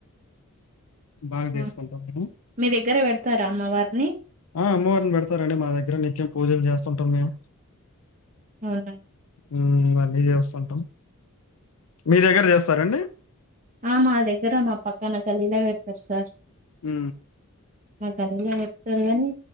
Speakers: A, on the left (about 70°); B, on the right (about 35°).
A: బాగా జేస్
B: ఆ
A: కుంటాం మేము
B: మీ దగ్గర పెడతారా అమ్మవారిని
A: ఆ అమ్మవార్ ఉన్ బెడ్ తారండి మా దగ్గర నిత్యం పూజలు జస్తుంటామ్ మేమ్
B: అవునా
A: ఉమ్ ఉ ఇవ్వని చేస్తుంటాం మీ దగ్గర చేస్తారండి
B: ఆ మ దగ్గర మా పక్కన గలీలా పెడతారు సార్
A: హు
B: మా గలిల చెప్తారు గానీ